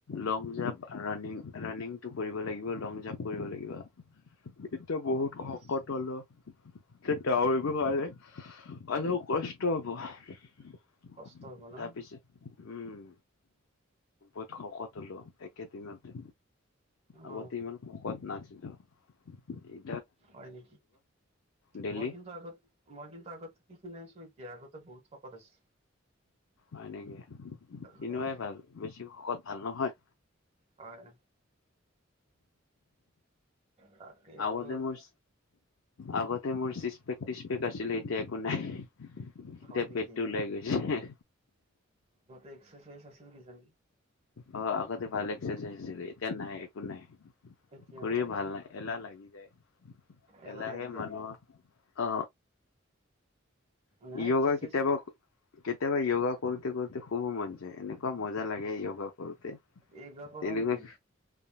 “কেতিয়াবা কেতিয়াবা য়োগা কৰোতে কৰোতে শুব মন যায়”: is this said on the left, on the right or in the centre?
Left